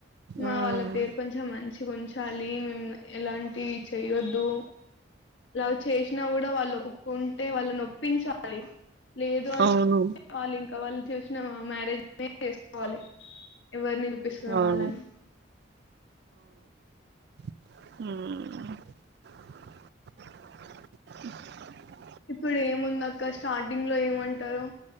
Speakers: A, on the left; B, on the right.
A: మా
B: ఉమ్
A: వాళ్ళ పేరు కొంచెం మంచి ఉంచాలి మేము ఎలాంటి చేయొద్దు దో లవ్ చేసినా కూడా వాళ్ళు ఒ ఉంటే వాళ్ళు నొప్పించాలి లేదు అంటే
B: అవును
A: వాళ్ళ ఇం ఇంకా వాళ్ళు చూసినా మ్యారేజ్ చేసుకోవాలి ఎవరిని చూపిస్తరో
B: అవును
A: వాళ్ళని
B: ఊ <inaudible>
A: ఇప్పుడు ఏముందక్క స్టార్టింగ్ లో ఏమంటారు